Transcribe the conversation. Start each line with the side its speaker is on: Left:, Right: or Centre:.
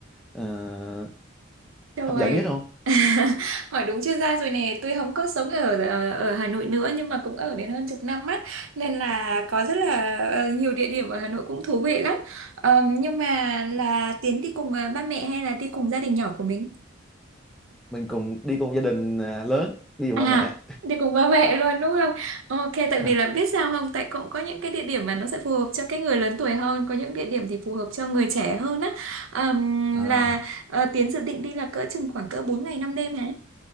Centre: ờ,
Right: trời,
Centre: hấp dẫn nhất không?
Right: <laughs> hỏi đúng chuyên gia rồi nè. Tôi không có sống ở, ở ở Hà Nội nữa nhưng mà cũng ở đến hơn chục năm á, nên là có rất là ờ, nhiều địa điểm ở Hà Nội cũng thú vị lắm. Ờ, nhưng mà là Tiến đi cùng ờ, ba mẹ hay là đi cùng gia đình nhỏ của mình?
Centre: Mình cùng đi cùng gia đình à, lớn, đi cùng
Right: À,
Centre: ba mẹ.
Right: đi cùng ba mẹ luôn đúng không? Ok, tại
Centre: Vâng.
Right: vì là biết sao không? Tại cũng có những cái địa điểm mà nó sẽ phù hợp cho cái người lớn tuổi hơn, có những địa điểm thì phù hợp cho người trẻ hơn á. Ờm,
Centre: À,
Right: là ờ, Tiến dự định đi là cỡ chừng khoảng cỡ 4 ngày 5 đêm hả?